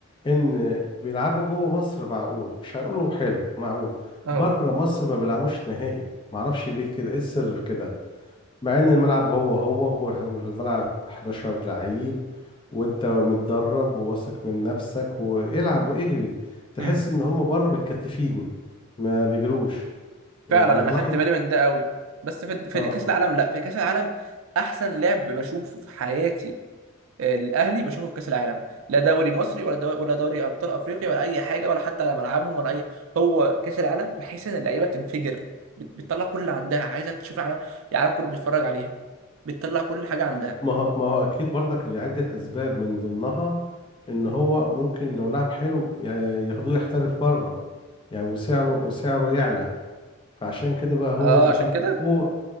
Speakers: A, on the left (about 25°); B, on the right (about 80°).
A: ان بيلعبوا جوه مصر معقول مش هنقوله حلو معقول
B: اه
A: بره مصر ما بيلعبوش نهائي معرفش ليه كده ايه السر في كده مع ان الملعب هو هو وال- والملعب 11 لعيب وانت متدرب وواثق من نفسك والعب واجري تحس
B: <laughs>
A: ان هم بره متكتفين ما بيجروش يعني
B: فعلا انا
A: الواحد
B: خدت بالي من ده قوي بس في في
A: اه
B: كاس العالم لا في كاس العالم احسن لعب بشوفه في حياتي آه، الاهلي بشوفه في كاس العالم لا دوري مصري ولا دوري ولا دوري ابطال افريقيا ولا اي حاجه ولا حتى على ملعبهم ولا اي هو كاس العالم بحيث ان اللعيبه بتنفجر بت- بتطلع كل اللي عندها عايزه تشوف العالم العالم كله بيتفرج عليها بتطلع كل حاجه عندها
A: ما هو ما هو اكيد برضك لعدة اسباب من ضمنها ان هو ممكن لو لعب حلو يا- ياخدوه يحترف بره يعني وسعره وسعره يعلى فعشان كده بقى هو
B: اه
A: بيطلع
B: عشان كده
A: فوق